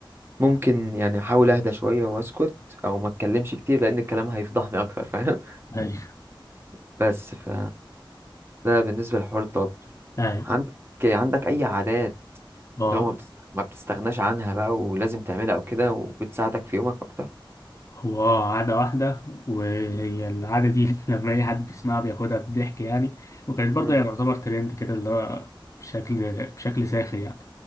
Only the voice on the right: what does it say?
ممكن يعني احاول اهدى شويه واسكت او ما اتكلمش كتير لان الكلام هيفضحني اكتر فاهم
<laughs> بس ف ده بالنسبه لحوار التوتر
عندك عندك اي عادات
اللي هو ما بتست- ما بتستغناش عنها بقى ولازم تعملها او كده وبتساعدك في يومك اكتر
مم.